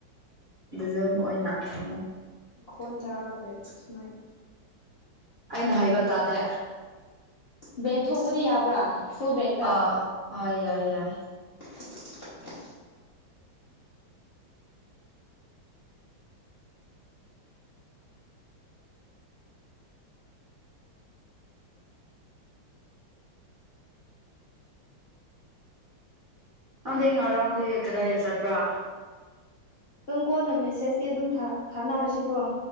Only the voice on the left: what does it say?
ꯃꯈꯣꯟ ꯇꯥꯗ꯭ꯔꯦ ꯁꯨꯃꯥꯏꯅ
ꯕꯦꯛ ꯊꯣꯛꯄꯗꯤ ꯌꯥꯕ꯭ꯔꯥ ꯐꯨꯜ ꯕꯦꯛꯇ
<inaudible>
ꯇꯨꯝ ꯀꯣꯟꯅ ꯃꯦꯁꯦꯖꯇꯤ ꯑꯗꯨꯝ ꯊꯥꯅ ꯊꯥꯅꯔꯁꯤꯀꯣ